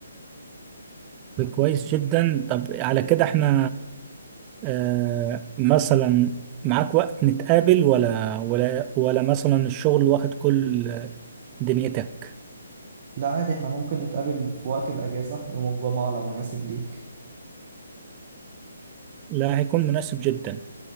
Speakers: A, on the right (about 25°); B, on the right (about 40°).
A: لا كويس جدا طب على كده احنا آه مثلا معاك وقت نتقابل ولا ولا ولا مثلا الشغل واخد كل دنيتك
B: لا عادي إحنا ممكن نتقابل في وقت الأجازة يوم الجمعة لو مناسب ليك
A: لا هيكون مناسب جدا